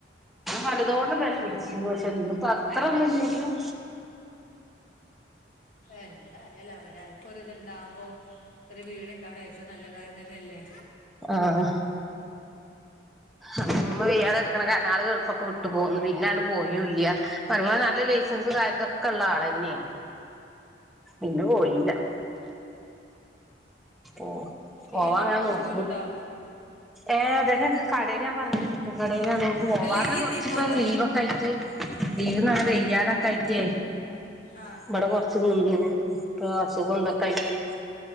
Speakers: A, in the centre; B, on the left.
A: പലതോണ്ട് വെഷമിച്ചിരുന്നു ഇമോഷന്നും അപ്പത്രൊന്നും ഇല്ലേലും
B: എന്താ എല്ലാവരും അൽപ്പൊരിതിണ്ടാവുമ്പോ ഒരു വീട്ണ്ടാവണേ ഏശോം നല്ല കാര്യ തന്നെയല്ലേ
A: ആഹ് അമ്മുമ്മ വെയ്യാതെ കെടുക്കണകാരാണം ആളുകള് എൽഫക്കോം ട്ട് പോന്ന് പിന്നാ ആട്ട് പോയോല്ല്യാ <unintelligible> ലൈസൻസ് കാര്യതൊക്കള്ള ആളെന്നേ പിന്നെ പോയില്ലാ ഓഹ് പോവാങ്ങനെ
B: ഈ എന്തീ പണിക്ക്
A: നോക്കും
B: പോകുന്നുണ്ടോ
A: ഏഹ് അതന്നേണ് കടേല് ഞാൻ പറഞ്ഞ് ചിക്കൻ കടേലാണ് <unintelligible> പോവാതെ
B: അല്ല ഈ
A: കൊറ്ച്ചിപ്പം
B: എന്തീ പോകുന്നുണ്ടോ
A: ലീവൊക്കായിറ്റ് നീയ് നാളെ വെയ്യാതക്കാഴ്റ്റേ
B: ആ
A: മ്മ്ട കൊറച്ച് നിന്നേ ഇപ്പോ സുഖൊണ്ടക്കായ്റ്റ് <unintelligible>